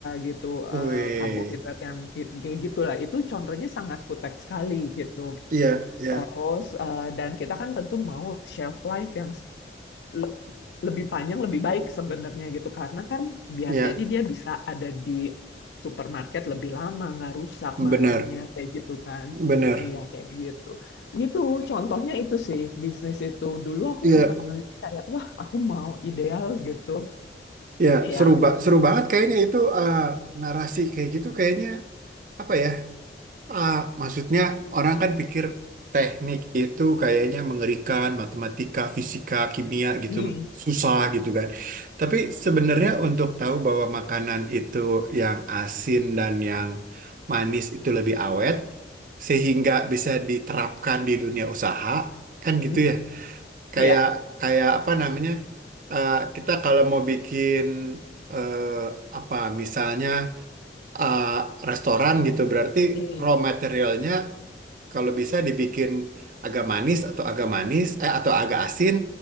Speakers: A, on the left; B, on the right.
A: gitu,
B: Wih.
A: eh, karbohidrat yang gi- kayak gitulah. Itu contohnya sangat food tech sekali gitu.
B: Iya, ya,
A: Terus eh, dan kita kan tentu mau shelf life yang le- lebih panjang lebih baik sebenarnya gitu karena kan biar
B: ya.
A: jadi dia bisa ada di supermarket lebih lama nggak rusak barangnya
B: Benar.
A: kayak gitu kan
B: Benar.
A: iya kayak gitu gitu contohnya itu sih bisnis itu dulu aku
B: Iya,
A: sempat ngeliat kayak wah aku mau ideal gitu
B: ya.
A: iya
B: Seru, ba- seru banget kayaknya itu eh, narasi kayak gitu kayaknya apa ya? Ah, maksudnya orang kan pikir teknik itu kayaknya mengerikan, matematika, fisika, kimia gitu
A: hmm
B: susah gitu kan. Tapi sebenarnya untuk tahu bahwa makanan itu yang asin dan yang manis itu lebih awet, sehingga bisa diterapkan di dunia usaha, kan gitu
A: hmm
B: ya. Kayak
A: iya
B: kayak apa namanya? eh, kita kalau mau bikin eh, apa misalnya eh, restoran gitu berarti
A: hmm
B: raw materialnya kalau bisa dibikin agak manis atau agak manis eh atau agak asin